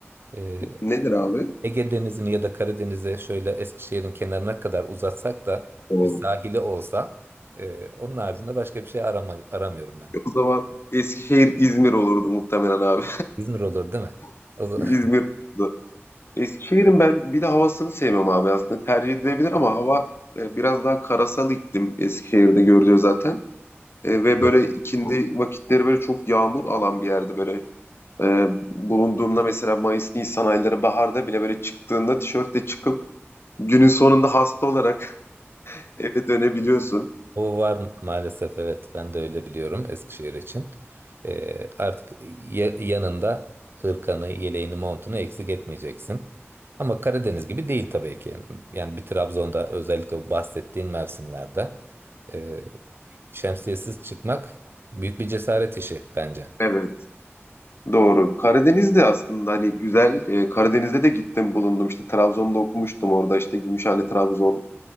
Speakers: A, on the right; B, on the left.
A: Ee,
B: Nedir abi?
A: Ege Denizi'ni ya da Karadeniz'e şöyle Eskişehir'in kenarına kadar uzatsak da
B: O,
A: bir sahili olsa e, onun haricinde başka bir şey arama, aramıyorum ben.
B: o zaman Eskişehir İzmir olurdu muhtemelen abi.
A: İzmir olur değil mi?
B: <laughs>
A: O zaman-
B: İzmir olurdu. Eskişehir'in ben bir de havasını sevmem abi aslında tercih edilebilir ama hava e, biraz daha karasal iklim Eskişehir'de görülüyor zaten. E, ve böyle
A: <laughs>
B: ikindi vakitleri böyle çok yağmur alan bir yerde böyle e, bulunduğumda mesela Mayıs, Nisan ayları baharda bile böyle çıktığında tişörtle çıkıp günün sonunda hasta olarak <laughs> eve dönebiliyorsun.
A: O var maalesef evet ben de öyle biliyorum Eskişehir için. Ee, artık ya- yanında hırkanı, yeleğini, montunu eksik etmeyeceksin. Ama Karadeniz gibi değil tabii ki. Yani bir Trabzon'da özellikle bu bahsettiğin mevsimlerde e, şemsiyesiz çıkmak büyük bir cesaret işi bence.
B: Evet, doğru. Karadeniz'de aslında hani güzel. e, Karadeniz'de de gittim bulundum. İşte Trabzon'da okumuştum orada işte Gümüşhane, Trabzon,